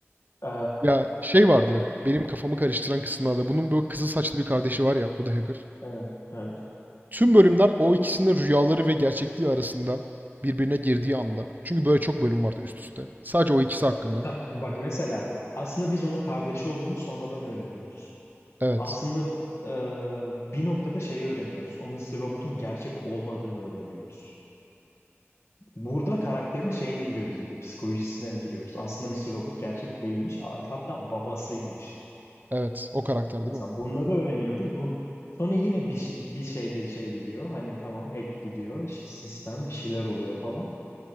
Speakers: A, on the left; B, on the right.
A: Ee,
B: Ya şey vardı. Benim kafamı karıştıran kısımlarda. Bunun böyle kızıl saçlı bir kardeşi var ya. O da hacker.
A: evet, evet.
B: Tüm bölümler o ikisinin rüyaları ve gerçekliği arasında birbirine girdiği anda. Çünkü böyle çok bölüm vardı üst üste. Sadece o ikisi hakkında.
A: Ha, bak mesela aslında biz onun kardeşi olduğunu sonradan öğreniyoruz.
B: Evet.
A: Aslında e, bir noktada şeyi öğreniyoruz. O Mr. Robot'un gerçek olmadığını öğreniyoruz. Burada karakterin şeyine giriyoruz iyice, psikolojisine giriyoruz. Aslında Mr. Robot gerçek değilmiş, hatta babasıymış.
B: Evet. O karakter
A: Mesela
B: değil mi?
A: bunları öğreniyoruz. Bu sonra yine bir şey- bir şeyde şey gidiyor. Hani tamam hack gidiyor. işte sistem bir şeyler oluyor falan.